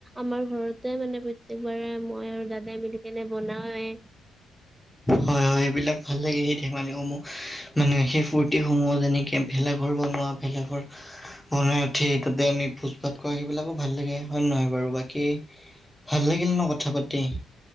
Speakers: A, on the right; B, in the centre.
A: আমাৰ ঘৰতে মানে প্ৰত্যেকবাৰে মই আৰু দাদাই মিলি কেনে বনাওয়ে
B: হয় হয় এইবিলাক ভাল লাগে সেই ধেমালি সমূহ মানে সেই ফূুৰ্তি সমূহ যেনেকে ভেলাঘৰ বনোৱা ভেলাঘৰ বনাই উঠি তাতে আমি ভোজ ভাত খোৱা সেইবিলাকো ভাল লাগে হয় নে নহয় বাৰু বাকী ভাল লাগিল ন কথা পাতি